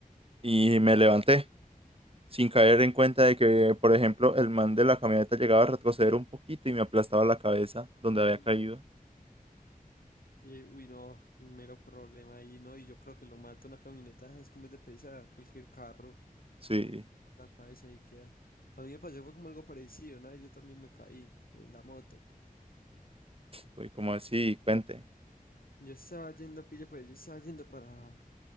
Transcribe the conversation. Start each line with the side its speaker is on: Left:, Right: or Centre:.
Right: y me levanté. sin caer en cuenta de que, por ejemplo, el man de la camioneta llegaba a retroceder un poquito y me aplastaba la cabeza donde había
Left: Uy.
Right: caído.
Left: Y, uy, no, mero problema ahí, ¿no? Y yo creo que lo mata una camioneta, es como es de pesar, cualquier carro,
Right: Sí,
Left: la cabeza ahí queda. A mí me pasó fue como algo parecido, ¿no? Yo también me caí en la moto.
Right: fue como así, cuente.
Left: Yo estaba yendo, pilla, pues yo estaba yendo para,